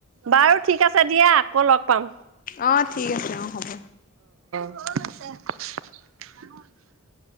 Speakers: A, on the right; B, on the left.
A: বাৰু ঠিক দিয়া আকৌ লগ পাম
B: অঁ ঠিক আছে অঁ হ'ব
A: শ আছে